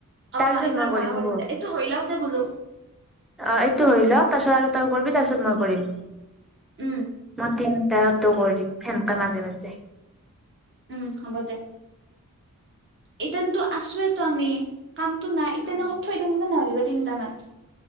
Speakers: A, on the right; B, in the centre.
A: অঁ!
B: তাৰপিছত
A: এইবাৰ
B: মই
A: ময়ে
B: হ'ব
A: কৰিম দে এইটো হৈ লওক দে বোলো।
B: অঁ! এইটো হৈ ল‌ওক তাৰ পিছত আৰু তই কৰিবি তাৰপিছত মই কৰিম।
A: উম
B: মই তিনটাটো কৰিম সেনেকে মাজে-মাজে।
A: উম! হ'ব দে। এতিয়াটো আছোঁৱেইটো আমি কামটো না এতিয়া
B: উম
A: নে কৰি থৈ দিওঁ দে নহ'লে বা তিনটামান।